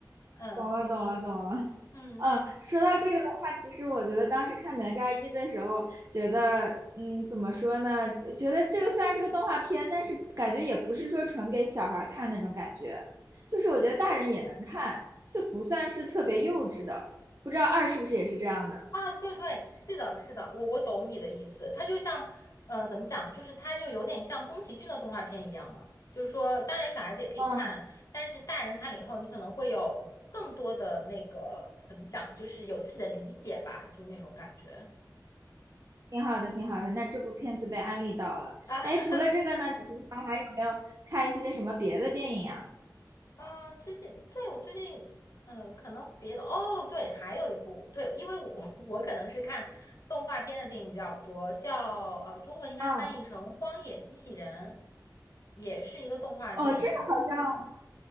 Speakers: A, on the left; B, on the right.
A: 嗯
B: 哦，懂了，懂了，懂了。
A: 嗯。
B: 嗯，说到这个的话，其实我觉得当时看《哪吒一》的时候，觉得，嗯，怎么说呢？觉得这个虽然是个动画片，但是感觉也不是说纯给小孩儿看那种感觉，就是我觉得大人也能看，就不算是特别幼稚的。不知道二是不是也是这样的？
A: 啊，对对，是的，是的，我我懂你的意思。它就像，呃，怎么讲，就是它就有点像宫崎骏的动画片一样嘛。就是说，当然小孩子也可以看，
B: 嗯，
A: 但是大人看了以后，你可能会有更多的那个怎么讲，就是有自己的理解吧，就那种感觉
B: 挺好的，挺好的。那这部片子被安利到了。
A: 啊。<laughs>
B: 哎，除了这个呢，你平常还有没有看一些什么别的电影呀？
A: 呃，最近对我最近，嗯，可能别的哦，对，还有一部，对，因为我 <laughs> 我可能是看动画片的电影比较多，叫呃，中文应该翻译成《荒野机器人》，
B: 啊，
A: 也是一个动画电影。
B: 哦，这个好像。